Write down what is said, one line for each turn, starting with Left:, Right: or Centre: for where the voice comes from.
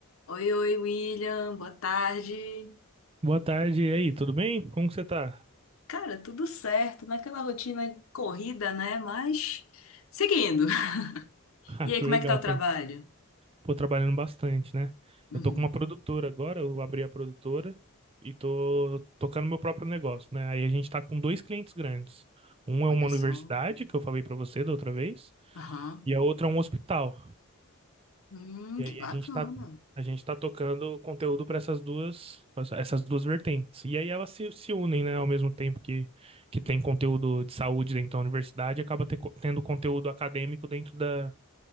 Left: Oi, oi, William, boa tarde.
Right: Boa tarde, e aí, tudo bem? Como que você tá?
Left: Cara, tudo certo, naquela rotina corrida, né? Mas seguindo. <laughs>
Right: <laughs> Ah,
Left: E aí,
Right: que
Left: como
Right: legal,
Left: é que tá o trabalho?
Right: tá, pô, trabalhando bastante, né?
Left: Uhum,
Right: Eu tô com uma produtora agora, eu abri a produtora e tô tocando meu próprio negócio, né? Aí a gente tá com dois clientes grandes. Um é
Left: olha
Right: uma universidade,
Left: só.
Right: que eu falei pra você da outra vez,
Left: Aham.
Right: e a outra é um hospital.
Left: Hum,
Right: E
Left: que
Right: aí
Left: bacana.
Right: a gente tá, a gente tá tocando conteúdo para essas duas, essas duas vertentes. E aí elas se, se unem, né, ao mesmo tempo que que tem conteúdo de saúde dentro da universidade, acaba ter co- tendo conteúdo acadêmico dentro da